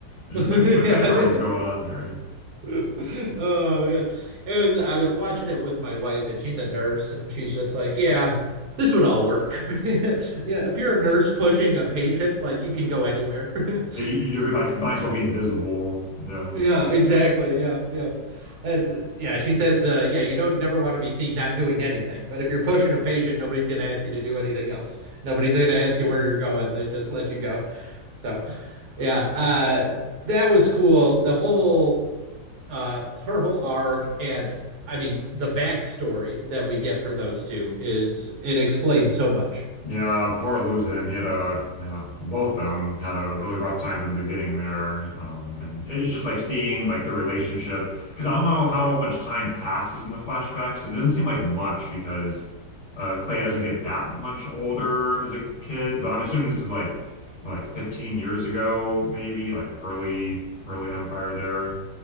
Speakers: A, on the left; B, on the right.
A: It's
B: Yeah.
A: just like trying to figure out what's going on here.
B: <laughs> Oh man. It was I was watching it with my wife and she's a nurse and she's just like, yeah, this would all work. <laughs> Yeah, if you're a nurse pushing a patient, like you can go anywhere. <laughs>
A: You- You're like might as well be invisible. Yeah.
B: Yeah, exactly. Yeah, yeah. That's yeah, she says uh yeah, you don't never want to be seen not doing anything. But if you're pushing a patient, nobody's going to ask you to do anything else. Nobody's going to ask you where you're going. They just let you go. So, yeah, uh that was cool. The whole uh her whole arc and I mean the backstory that we get for those two is it explains so much.
A: Yeah, poor Luthen. He had a, you know, both of them had a really rough time at the beginning there. Um, and it's just like seeing like their relationship because I don't know how much time passes in the flashbacks. It doesn't seem like much because uh, Clea doesn't get that much older as a kid, but I'm assuming this is like what, like 15 years ago, maybe like early early Empire there.